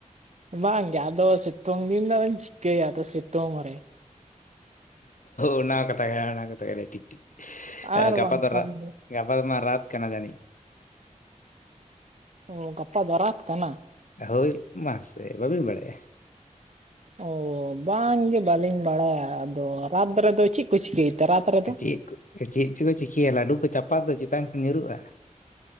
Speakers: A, on the right (about 60°); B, on the left (about 75°).
A: ᱵᱟᱝ ᱜᱮ ᱟᱫᱚ ᱥᱮᱛᱚᱝ ᱫᱤᱱ ᱫᱚ ᱟᱹᱧ ᱪᱤᱠ ᱟᱫᱚ ᱥᱮᱛᱚᱝ ᱨᱮ
B: ᱚᱱᱟ ᱠᱟᱛᱷᱟ ᱜᱮ ᱚᱱᱟ ᱠᱟᱛᱷᱟ ᱜᱮ ᱴᱷᱤᱠ ᱴᱷᱟᱠ
A: ᱟᱨ
B: ᱜᱟᱯᱟ
A: ᱵᱟᱝᱠᱷᱟᱱ
B: ᱛᱚᱨ
A: ᱫᱚ
B: ᱜᱟᱯᱟ ᱫᱚ ᱢᱟ ᱨᱟᱛ ᱠᱟᱱᱟ ᱡᱟᱱᱤᱪ
A: ᱚ ᱜᱟᱯᱟ ᱫᱚ ᱨᱟᱛ ᱠᱟᱱᱟ ᱾
B: ᱦᱳᱭ ᱢᱟᱥᱮ ᱵᱟᱹᱵᱤᱱ ᱵᱟᱲᱟᱭᱼᱟ?
A: ᱚ ᱵᱟᱝᱜᱮ ᱵᱟᱹᱞᱤᱧ ᱵᱟᱲᱟᱭᱟ ᱟᱫᱚ ᱨᱟᱛ ᱨᱮᱫᱚ ᱪᱮᱫ ᱠᱚ ᱪᱤᱠᱟᱹᱭ ᱛᱮ ᱨᱟᱛ ᱨᱮᱫᱚ?
B: ᱪᱮᱫ ᱠᱚ ᱪᱮᱫ ᱪᱚᱠᱚ ᱪᱤᱠᱟᱹᱤᱭᱟ ᱞᱟᱹᱰᱩ ᱠᱚ ᱪᱟᱯᱟᱫ ᱫᱚ ᱪᱮᱛᱟᱱ ᱠᱷᱚᱱ ᱧᱩᱨᱩᱜᱼᱟ᱾